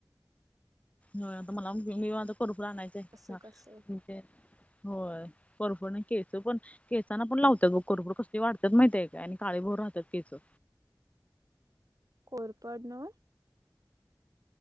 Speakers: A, on the left; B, on the right.
A: हो आता मला मी वाझ करूप राह आणयचं आहे
B: कसं कसं
A: म्ह ते होय. परपण खळच पण केचांना पण लावतात करपुड कसली वाडतात माहितय काय आणि काळे भोर राहतात केसं.
B: कोरपडनं.